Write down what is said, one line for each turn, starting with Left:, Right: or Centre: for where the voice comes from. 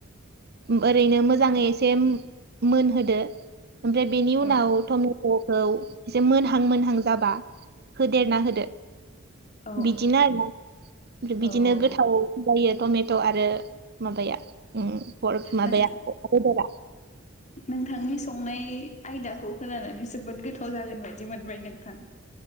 Right: ओरैनो मोजाङै एसे मोनहोदो ओमफ्राय बेनि उनाव
Left: औ
Right: टमेट खौ एसे मोनहां मोनहां जाबा होदेरना होदो
Left: औ
Right: बिदिनो आरोना ओमफ्राय बिदिनो
Left: औ औ
Right: गोथाव जायो टमेट' आरो माबाया उम फर्क माबाया
Left: नों
Right: अमाबेदरा
Left: नोंथांनि संनाय आयदाखौ खोनानै जोबोद गोथाव जागोन बाददि मोनबाय नोंथां।